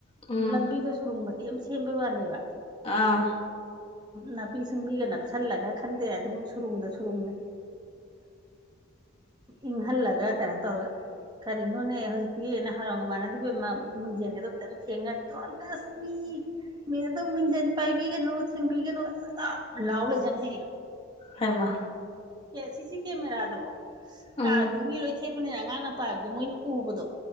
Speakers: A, on the left (about 25°); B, on the right (about 20°).
A: ꯎꯝ
B: ꯂꯝꯕꯤꯗ ꯁꯨꯔꯨꯡꯃꯦ ꯁꯦꯝꯦꯝꯕ ꯋꯥꯅꯦꯕ
A: ꯑꯥ
B: ꯅꯥꯄꯤ ꯁꯤꯡꯕꯤꯒ ꯅꯞꯁꯜꯂꯒ ꯈꯪꯗꯦ ꯑꯗꯨꯝ ꯁꯨꯔꯨꯡꯗ ꯁꯨꯔꯨꯡꯅꯤ ꯏꯪꯍꯜꯂꯒ ꯀꯩꯅꯣ ꯇꯧꯔꯒ ꯀꯔꯤꯅꯣꯅꯦ ꯍꯧꯖꯤꯛꯇꯤꯅ ꯍꯔꯥꯎꯒ ꯃꯥꯟꯅꯗꯕꯃ ꯃꯤꯡꯖꯦꯟꯒꯗꯣ ꯈꯤꯇꯪ ꯊꯦꯡꯅꯔꯗꯇꯁ ꯃꯤ ꯃꯤ ꯑꯗꯨꯝ ꯃꯤꯡꯖꯦꯟ ꯄꯥꯏꯕꯤꯒꯅꯨ ꯊꯦꯡꯕꯤꯒꯅꯨ ꯑꯁ ꯑꯗꯨꯝ ꯂꯥꯎ ꯂꯩꯁꯟꯍꯦ
A: ꯍꯥꯏꯃ
B: ꯀ ꯁꯤ ꯁꯤ ꯀꯦꯃꯦꯔꯥꯗꯣ
A: ꯎꯝ
B: ꯀꯥꯔ ꯈꯗꯤꯉ ꯂꯣꯏ ꯈꯦꯄꯅꯤꯅ ꯑꯉꯥꯡ ꯅꯨꯄꯥ ꯍꯥꯏꯕꯗꯣ ꯃꯣꯏꯅ ꯎꯕꯗꯣ